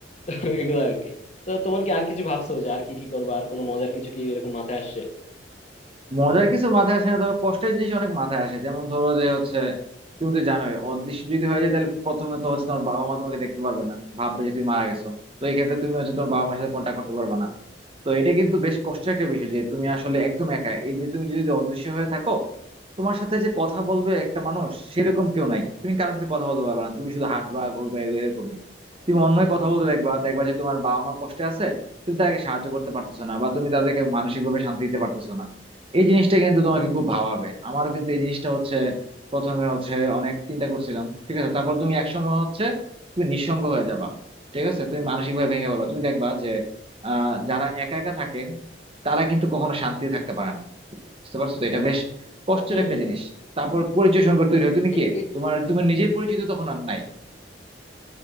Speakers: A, on the left; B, on the right.
A: তো এগুলো আর কি তো তোমার কি আর কিছু ভাবছো যে আর কি কি করবো আর কোনো মজার কিছু কি এরকম মাথায় আসছে
B: মজার কিছু মাথায় আসে না তবে কষ্টের জিনিস অনেক মাথায় আসে যেমন ধরো যে হচ্ছে তুমি তো জানোই অদৃশ্য যদি হয়ে যায় তাহলে প্রথমে তো হচ্ছে তোমার বাবা মা তোমাকে দেখতে পারবে না ভাববে যে তুমি মারা গেছো তো এই ক্ষেত্রে তুমি হচ্ছে তোমার বাবা মার সাথে কন্ট্যাক্ট করতে পারবে না তো এটা কিন্তু বেশ কষ্টের একটা বিষয় যে তুমি আসলে একদম একা এই যে তুমি যদি অদৃশ্য হয়ে থাকো তোমার সাথে যে কথা বলবে একটা মানুষ সেরকম কেউ নাই তুমি কারোর সাথে কথা বলতে পারবে না তুমি শুধু হাঁটবা ঘুরবা এ- এরকমই তুমি অন্যের কথা বলতে দেখবা দেখবা যে তোমার বাবা মা কষ্টে আছে তুমি তাদেরকে সাহায্য করতে পারতেছো না বা তুমি তাদেরকে মানসিক ভাবে শান্তি দিতে পারতেছো না এই জিনিসটা কিন্তু তোমাকে খুব ভাবাবে আমারও কিন্তু এই জিনিসটা হচ্ছে প্রথমে হচ্ছে অনেক চিন্তা করছিলাম ঠিক আছে তারপর তুমি একসময় হচ্ছে তুমি নিঃসঙ্গ হয়ে যাবা ঠিক আছে তুমি মানসিক ভাবে ভেঙে পড়বা তুমি দেখবা যে আহ যারা একা একা থাকে তারা কিন্তু কখনো শান্তিতে থাকতে পারে না বুঝতে পারছো তো এটা বেশ কষ্টের
A: হম
B: একটা
A: হম
B: জিনিস তারপর পরিচয় সংকট তৈরি হয় তুমি
A: এই
B: কে তোমার তুমি নিজের পরিচিত তখন আর নাই